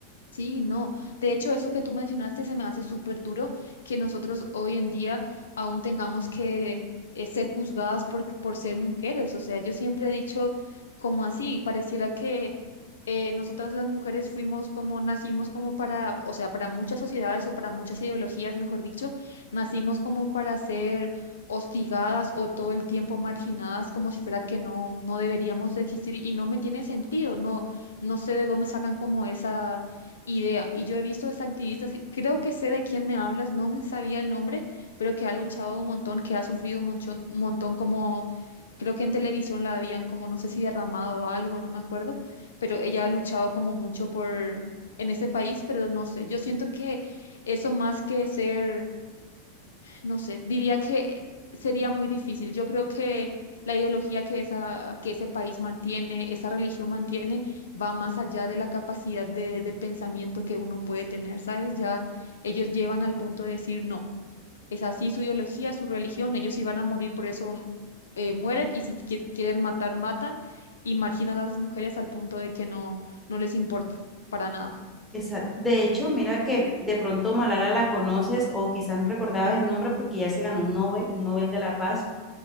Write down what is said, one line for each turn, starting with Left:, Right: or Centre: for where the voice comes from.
Left: Sí, no. De hecho, eso que tú mencionaste se me hace súper duro que nosotros hoy en día aún tengamos que eh, ser juzgadas por, por ser mujeres. O sea, yo siempre he dicho como así, pareciera que eh, nosotras las mujeres fuimos como, nacimos como para, o sea, para muchas sociedades o para muchas ideologías, mejor dicho, nacimos como para ser hostigadas o todo el tiempo marginadas como si fuera que no, no deberíamos de existir y no me tiene sentido, no, no sé de dónde sacan como esa idea. Y yo he visto a esta activista, sí, creo que sé de quién me hablas, no me sabía el nombre, pero que ha luchado un montón, que ha sufrido un monchón- un montón como, creo que en televisión la habían como, no sé si derramado algo, no me acuerdo, pero ella ha luchado como mucho por, en ese país, pero no sé, yo siento que eso más que ser no sé, diría que sería muy difícil. Yo creo que la ideología que, esa, que ese país mantiene, esa religión mantiene, va más allá de la capacidad de, de pensamiento que uno puede tener, ¿sabes? Ya ellos llevan al punto de decir, no, es así su ideología, su religión, ellos si van a morir, por eso eh, mueren y si qui- quieren matar, matan y marginan a las mujeres al punto de que no, no les importa para nada.
Centre: Exacto. De hecho, mira que de pronto Malala la conoces o quizás no recordabas el nombre porque ya se ganó un Nobel, un Nobel de la Paz.